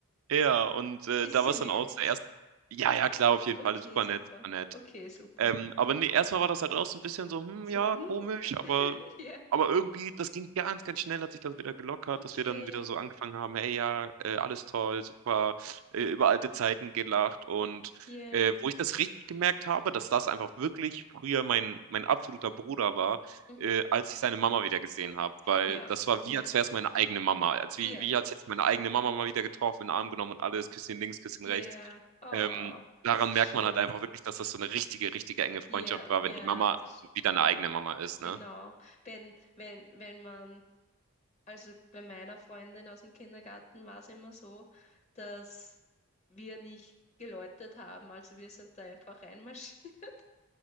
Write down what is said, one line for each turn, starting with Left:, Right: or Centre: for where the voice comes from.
Right: Ja, und äh,
Left: Ist
Right: da
Left: sie
Right: war es
Left: nett?
Right: dann auch zuerst. Ja, ja, klar, auf jeden
Left: Okay,
Right: Fall. Super
Left: super.
Right: nett, super nett.
Left: Okay, super.
Right: Ähm, aber nee, erstmal war das halt auch so ein bisschen so, hm,
Left: So,
Right: ja,
Left: hm.
Right: komisch, aber,
Left: <laughs> Ja,
Right: aber irgendwie, das ging ganz, ganz schnell, hat sich das wieder gelockert,
Left: okay.
Right: dass wir dann wieder so angefangen haben, hey, ja, äh, alles toll, super, äh, über alte Zeiten gelacht und
Left: Ja,
Right: äh, wo ich das richtig gemerkt habe, dass das einfach wirklich früher mein, mein absoluter Bruder war,
Left: mhm.
Right: äh, als ich seine Mama wieder gesehen habe, weil
Left: Ja,
Right: das war wie,
Left: ja,
Right: als wäre es meine eigene Mama, als
Left: ja,
Right: wie, wie als hätte ich meine eigene Mama mal wieder getroffen, in den Arm genommen und alles, Küsschen links, Küsschen
Left: ja.
Right: rechts.
Left: Oh,
Right: Ähm, daran
Left: das ist
Right: merkt
Left: schön.
Right: man halt einfach wirklich, dass das so eine richtige, richtige enge Freundschaft
Left: Ja,
Right: war,
Left: ja,
Right: wenn die Mama
Left: das
Right: wieder eine eigene Mama ist,
Left: genau.
Right: ne?
Left: Wenn, wenn, wenn man Also bei meiner Freundin aus dem Kindergarten war es immer so, dass wir nicht geläutet haben. Also wir sind da einfach reinmarschiert. <laughs>